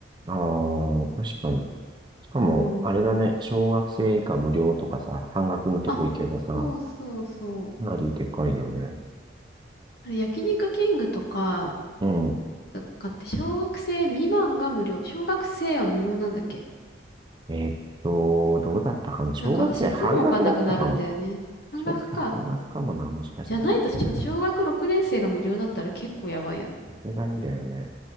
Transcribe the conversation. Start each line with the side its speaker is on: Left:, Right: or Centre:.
Right: ああ、確かに。しかも、
Left: うん。
Right: あれだね、小学生以下無料とかさ、半額のとこ行けばさ、
Left: あ、そうそうそう。
Right: かなりでかいよね。
Left: あれ、焼肉キングとか、
Right: うん。
Left: とかって小学生未満が無料。小学生は無料なんだっけ
Right: えーっと、どうだったかな。小学生半額だったかも。
Left: なんか私いつもわかんなくなるんだよね。半額か。
Right: 小学生半額かもな、もしかしたら。
Left: じゃないと、
Right: さ
Left: ちょ小学6年生が無料だったら結構やばいよね。
Right: すがにだよね。